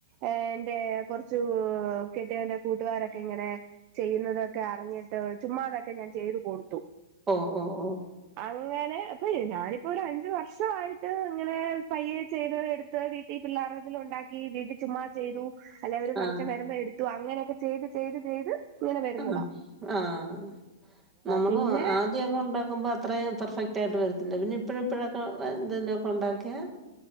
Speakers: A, on the right; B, on the right.
A: ഏഹ് എന്റെ കൊർച്ചു കെട്ടിയൊന്റെ കൂട്ടുകാരൊക്കെ ഇങ്ങനെ ചെയ്യുന്നത് ക്കെ അർഞ്ഞിട്ട് ചുമ്മാതൊക്കെ ഞാൻ ചെയ്ത് കൊടുത്തു.
B: ഓഹ് ഓഹ് ഓഹ്
A: അങ്ങനെ ഇപ്പൊ ഞാനിപ്പൊരഞ്ച് വർഷമായി ഇതു ഇങ്ങനെ പയ്യെ ചെയ്ത് എടുത്ത് വീട്ടിൽ പിള്ളേർതിൽ ഉണ്ടാക്കി വീട്ടിൽ ചുമ്മാ ചെയ്തു അല്ലെ ഒര് ഫംഗ്ഷൻ
B: ആ
A: വരുമ്പോ എടുത്തു അങ്ങനെയൊക്കെ ചെയ്ത് ചെയ്ത് ചെയ്ത് ഇങ്ങനെ വരുന്നതാ
B: ആഹ് ആഹ് നമ്മള്
A: പിന്നെ
B: ആദ്യൊക്കെ ഉണ്ടാക്കുമ്പോ അത്രം പെർഫെക്റ്റ് ആയിട്ട് വരത്തില്ല പിന്നെ ഇപ്പഴും ഇപ്പോഴൊക്കെ എന്തെലുമൊക്കെ ഉണ്ടാക്കിയാ